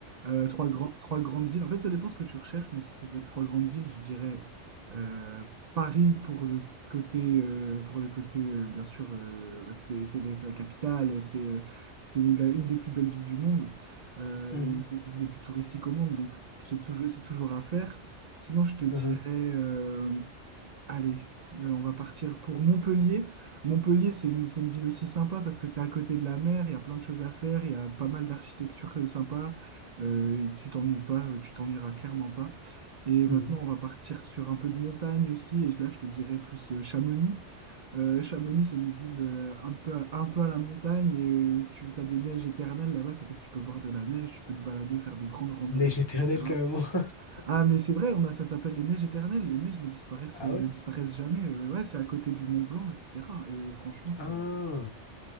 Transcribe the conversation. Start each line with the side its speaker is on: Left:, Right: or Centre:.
Right: euh, trois, grands- trois grandes villes. En fait, ça dépend ce que tu recherches, mais si ça devait être trois grandes villes, je dirais. euh, Paris pour le côté, euh, pour le côté euh, bien sûr, euh, bah, c'est c'est les- c'est la capitale, c'est euh, c'est la- une des plus belles villes du monde, euh,
Left: Mhm. Mhm.
Right: et une des villes les plus touristiques au monde, donc c'est toujours, c'est toujours à faire. Sinon, je te dirais,
Left: <laughs>
Right: euh, allez, euh, on va partir pour Montpellier. Montpellier, c'est une, c'est une ville aussi sympa parce que tu es à côté de la mer, il y a plein de choses à faire, il y a pas mal d'architecture euh, sympa, euh, et tu t'ennuies pas, euh, tu t'ennuieras clairement pas. Et
Left: Mhm.
Right: maintenant, on va partir sur un peu de montagne aussi. Et là, je te dirais plus euh, Chamonix. Euh, Chamonix, c'est une ville euh, un peu, à- un peu à la montagne et euh, tu as des neiges éternelles là-bas. Ça fait que tu peux voir de la neige, tu peux te balader, faire des grandes randonnées,
Left: Neige éternelle
Right: etc.
Left: carrément. <laughs>
Right: Ah, mais c'est vrai, on a, ça s'appelle les neiges éternelles. Les neiges ne disparaissent,
Left: Ah
Right: euh,
Left: ouais?
Right: ne disparaissent jamais. Euh, ouais, c'est à côté du Mont Blanc, etc. Et franchement, c'est
Left: Ah.
Right: euh,